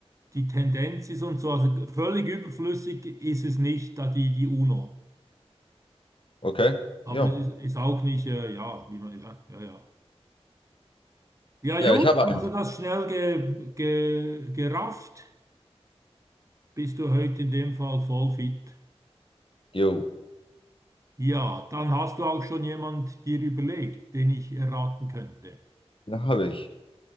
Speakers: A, on the right; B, on the left.
A: die Tendenz ist und so, also völlig überflüssig ist es nicht, da die, die UNO.
B: Okay?
A: Aber
B: Ja.
A: es ist, ist auch nicht, äh, ja, wie man, ja, ja, ja. Ja,
B: Ja,
A: Jung,
B: ich habe einen.
A: hast du das schnell ge, ge, gerafft? Bist du heute in dem Fall voll fit?
B: Jo.
A: Ja, dann hast du auch schon jemand dir überlegt, den ich erraten könnte.
B: Na, habe ich.